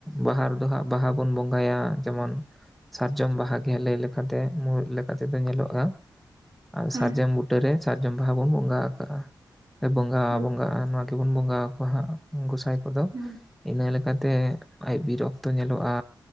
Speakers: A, in the centre; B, on the right.
A: ᱵᱟᱦᱟ ᱨᱮᱫᱚ ᱦᱟᱸᱜ ᱵᱟᱦᱟ ᱵᱚᱱ ᱵᱚᱸᱜᱟᱭᱟ ᱡᱮᱢᱚᱱ ᱥᱟᱨᱡᱚᱢ ᱵᱟᱦᱟ ᱜᱮ ᱞᱟᱹᱭ ᱞᱮᱠᱟᱛᱮ ᱢᱩᱬᱩᱫ ᱞᱮᱠᱟᱛᱮ ᱫᱚ ᱧᱮᱞᱚᱜ-ᱟ ᱟᱨ
B: ᱦᱩᱸ
A: ᱥᱟᱨᱡᱚᱢ ᱵᱩᱴᱟᱹᱨᱮ ᱥᱟᱨᱡᱚᱢ ᱵᱟᱦᱟ ᱵᱚᱱ ᱵᱚᱸᱜᱟ ᱟᱠᱟᱜ-ᱟ ᱵᱚᱸᱜᱟ
B: ᱦᱳᱭ
A: ᱵᱚᱸᱜᱟᱜ-ᱟ ᱱᱚᱣᱟ ᱜᱤᱵᱚᱱ ᱵᱚᱸᱜᱟ ᱟᱠᱚᱣᱟ ᱦᱟᱸᱜ ᱜᱩᱥ ᱟᱭ ᱠᱚᱫᱚ
B: ᱦᱩᱸ
A: ᱤᱱᱟᱹ ᱞᱮᱠᱟᱛᱮ ᱟᱡ ᱵᱤᱨᱚᱠᱛᱚ ᱧᱮᱞᱚᱜ-ᱟ